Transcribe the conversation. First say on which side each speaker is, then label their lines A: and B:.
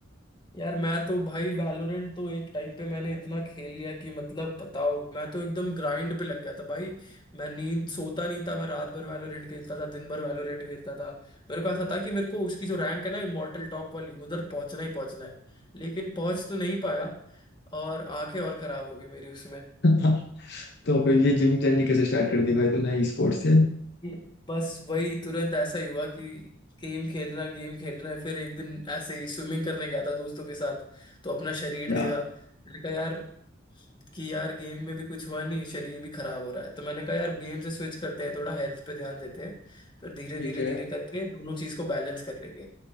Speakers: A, on the left; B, on the left.
A: यार मैं तो भाई वैलोरेंट तो एक टाइम पे मैंने इतना खेल लिया कि मतलब बताओ मैं तो एकदम ग्राइंड पे लग गया था भाई मैं नींद सोता नहीं था मैं रात भर वैलोरेंट खेलता था दिन भर वैलोरेंट खेलता था मेरे को ऐसा था कि मेरे को उसकी जो रैंक है ना इमॉर्टल टॉप वाली उधर पहुंचना ही पहुंचना है लेकिन पहुंच तो नहीं पाया और आंखें और खराब हो गई मेरी उसमें
B: <laughs> तो फिर ये जिम जर्नी कैसे स्टार्ट कर दी भाई तूने ई स्पोर्ट्स से
A: ये- बस वही तुरंत ऐसा ही हुआ कि गेम खेल रहा गेम खेल रहा है फिर एक दिन ऐसे ही स्विमिंग करने गया था दोस्तों के साथ तो अपना शरीर
B: या
A: देखा मैंने कहा यार कि यार गेम में भी कुछ हुआ नहीं शरीर भी खराब हो रहा है तो मैंने कहा यार गेम से स्विच करते हैं थोड़ा हेल्थ पे ध्यान देते हैं फिर धीरे
B: ठीक
A: धीरे
B: है
A: धीरे करके दोनों चीज को बैलेंस कर लेंगे